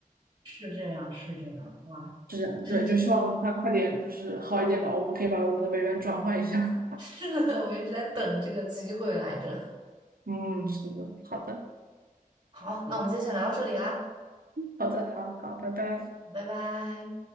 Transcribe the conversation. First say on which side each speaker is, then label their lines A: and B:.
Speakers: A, on the right (about 30°); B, on the right (about 80°).
A: 是这样，是这样，哇，
B: 是这样的。
A: 这确实
B: 对，就希望它快点就是好一点吧，我们可以把我们的美元转换一下。
A: 是的，我一直在等这个机会来着。
B: <laughs> 嗯，是的，好的。
A: 好，那我们今天先聊到这里啦，
B: 好的，好好，拜拜。
A: 拜拜。